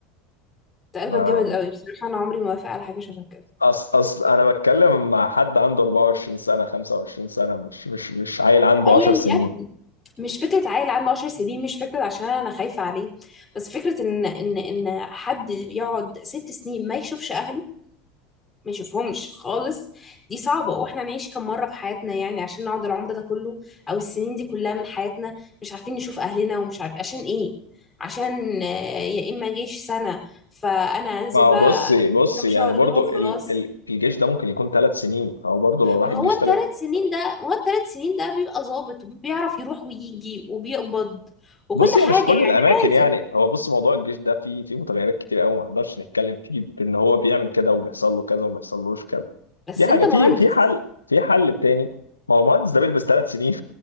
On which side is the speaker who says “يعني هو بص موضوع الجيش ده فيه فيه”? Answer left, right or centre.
Left